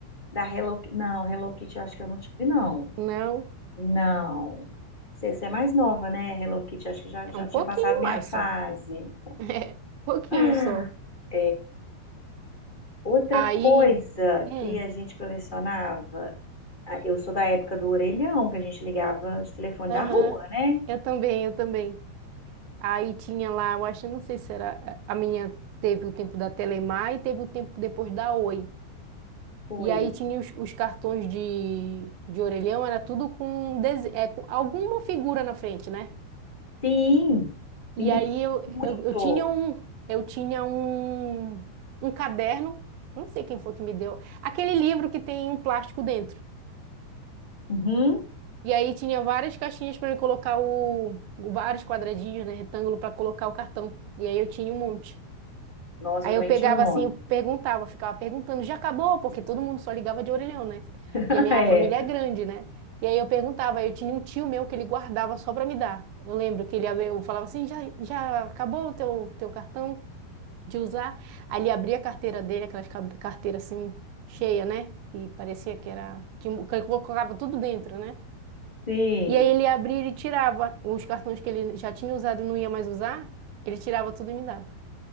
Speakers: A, on the left (about 25°); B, on the right (about 85°).
A: da Hello Kitty. Não, Hello Kitty eu acho que eu não tive, não.
B: Não,
A: Não. Você, você é mais nova, né? Hello Kitty, acho que já, já
B: é um pouquinho
A: tinha passado minha
B: mais
A: fase.
B: só. <laughs> É, pouquinho
A: <sighs>
B: só.
A: Outra
B: Aí,
A: coisa
B: hum,
A: que a gente colecionava, ah, eu sou da época do orelhão, que a gente ligava de telefone
B: aham,
A: da rua, né?
B: eu também, eu também. Aí tinha lá, eu acho, não sei se era eh, a minha, teve o tempo da Telemar e teve o tempo depois da Oi.
A: Foi.
B: E aí tinha os, os cartões de, de orelhão, era tudo com, dese- é, com alguma figura na frente, né?
A: Sim, menino,
B: E aí eu,
A: muito.
B: eu, eu tinha um, eu tinha um, um caderno, não sei quem foi que me deu, aquele livro que tem um plástico dentro.
A: Uhum.
B: E aí tinha várias caixinhas para colocar o, vários quadradinhos, né, retângulo para colocar o cartão. E aí eu tinha um monte.
A: Nossa,
B: Aí
A: eu também
B: eu pegava
A: tinha um monte.
B: assim, eu perguntava, eu ficava perguntando, já acabou? Porque todo mundo só ligava de orelhão, né?
A: <laughs>
B: E a minha família
A: É,
B: é grande, né? E aí eu perguntava, aí eu tinha um tio meu que ele guardava só para me dar. Eu lembro que ele ab- eu falava assim, já, já acabou o teu, teu cartão de usar? Aí ele abria a carteira dele, aquelas ca- carteiras assim cheia, né? Que parecia que era que colocava tudo dentro, né?
A: sim.
B: E aí ele abria e ele tirava os cartões que ele já tinha usado, e não ia mais usar, ele tirava tudo e me dava.